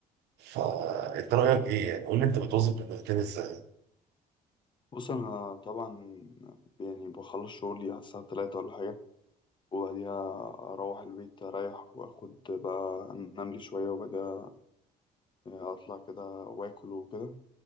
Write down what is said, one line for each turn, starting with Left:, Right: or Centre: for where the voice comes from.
Right: فانت رايك ايه يعني قول لي انت بتوظف البلدتين ازاي
Left: بص انا طبعا يعني بخلص شغلي على الساعه 3 ولا حاجه وبعديها اروح البيت اريح واخد بقى انام لي شويه وبعديها اطلع كده واكل وكده